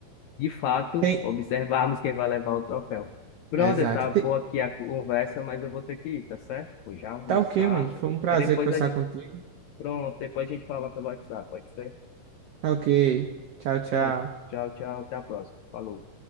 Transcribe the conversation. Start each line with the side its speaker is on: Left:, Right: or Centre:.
Left: de fato,
Right: tem.
Left: observarmos quem vai levar o troféu. Brother,
Right: Exato.
Left: tá
Right: Tem-
Left: boa aqui a conversa, mas eu vou ter que ir, tá certo? Vou já almoçar.
Right: Tá ok, mano. Foi um prazer
Left: É depois
Right: conversar
Left: a gente.
Right: contigo.
Left: Pronto, depois a gente fala pelo WhatsApp, pode ser?
Right: Tá ok. Tchau, tchau.
Left: Pronto. Tchau, tchau. Até a próxima. Falou.